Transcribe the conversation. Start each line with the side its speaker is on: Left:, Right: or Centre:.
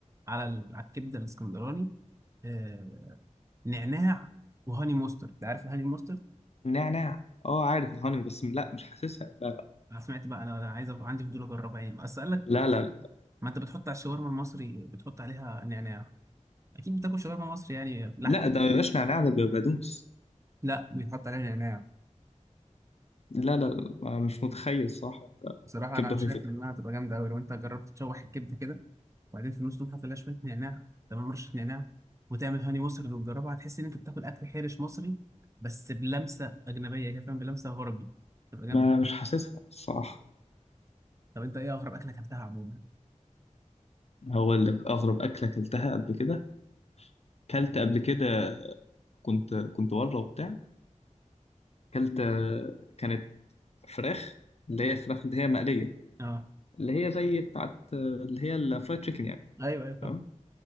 Right: على ال- على الكبده الاسكندراني آه نعناع وهاني مستر انت عارف الهاني مستر
Left: نعناع اه عارف الهاني بس لا مش حاسسها لا
Right: انا سمعت بقى انا أنا عايز أبقى عندي فضول اجربها يعني بس قال لك
Left: لا
Right: ما
Left: لا لا
Right: انت بتحط على الشاورما المصري بتحط عليها نعناع اكيد بتاكل شاورما مصري يعني لحم
Left: لا ده ما بيبقاش نعناع ده بيبقى بقدونس
Right: لا بيتحط عليها نعناع
Left: لا لا لا مش متخيل صح ده
Right: بصراحه
Left: كبده
Right: انا شايف
Left: وهي كده
Right: انها هتبقى جامده قوي لو انت جربت تشوح الكبده كده وبعدين في النص تقوم حاطط لها شويه نعناع تمام رشه نعناع وتعمل هاني مصري وتجربها هتحس ان انت بتاكل اكل حرش مصري بس بلمسه اجنبيه كده فاهم بلمسه غربي تبقى جامده
Left: ما مش حاسسها الصراحة
Right: طب انت ايه اغرب اكله اكلتها عموما
Left: هقول لك أغرب أكلة أكلتها قبل كده كلت قبل كده كنت كنت بره وبتاع كلت آه، كانت فراخ اللي هي فراخ اللي هي مقلية
Right: اه
Left: اللي هي زي بتاعت آه، اللي هي الفرايد تشيكن يعني
Right: ايوه ايوه
Left: تمام
Right: فاهم